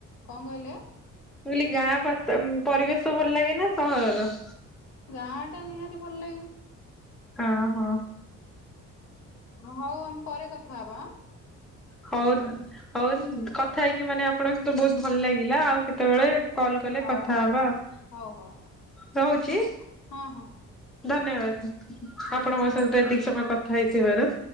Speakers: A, on the left; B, in the centre.
A: କଣ କହିଲେ?
B: ମୁ କହିଲି ଗାଁ ପରିବେଶ ଭଲ ଲାଗେ ନା ସହରର?
A: ଗାଁ ଟା ନିହାତି ଭଲ ଲାଗେ।
B: ଓହୋ
A: ହଉ ଆମେ ପରେ କଥା ହବା ହାଁ।
B: ହଉ ହଉ କଥା ହେଇକି ମାନେ ଆପଣଙ୍କୁ ତ ବହୁତ ଭଲ ଲାଗିଲା ଆଉ। କେତେବେଳେ କଲ କଲେ
A: ଆଁ
B: କଥା
A: ହଉ
B: ହବା
A: ହଉ
B: ଆଉ
A: ହଉ ହଉ ହଉ
B: ରହୁଛି।
A: ହଉ ହଁ
B: ଧନ୍ୟବାଦ ଆପଣ ମୋ ସହିତ ଏତିକି ସମୟ କଥା ହେଇଥିବାର।